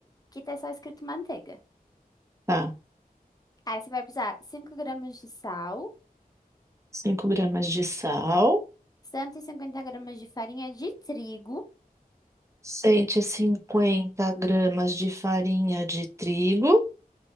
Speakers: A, on the left; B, on the right.
A: Que tá só escrito manteiga.
B: Tá.
A: Aí você vai precisar 5 gramas de sal,
B: cinco gramas de sal.
A: 150 gramas de farinha de trigo,
B: cento e cinquenta gramas de farinha de trigo.